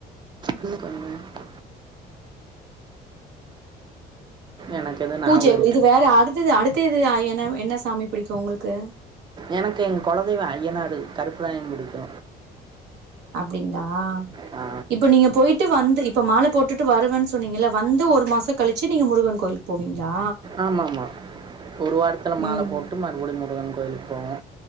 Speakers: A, on the right; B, on the right.
A: இன்னு கொஞ்ச நேரோ எனக்கு எதுவும்
B: பூஜை
A: ஞாபகம் இல்ல
B: இது வேற அடுத்தது அடுத்த இது என்ன என்ன சாமி பிடிக்கு உங்களுக்கு
A: எனக்கு எங்க கொலதெய்வோ அய்யனாரு கருப்புதா எனக்கு புடிக்கு
B: அப்டிங்தா
A: ஆ
B: இப்ப நீங்க போயிட் டு வந்து இப்ப மாலை போட்டுட்டு வருவேன்னு சொன்னீங்கல்ல வந்து ஒரு மாசோ கழிச்சு நீங்க முருகன் கோயிலுக்கு போவிங்ளா
A: ஆமா ஆமா ஒரு வாரத்துல மாலை
B: ம்
A: போட்டு மறுபடியு முருகன் கோயிலுக்கு போவோ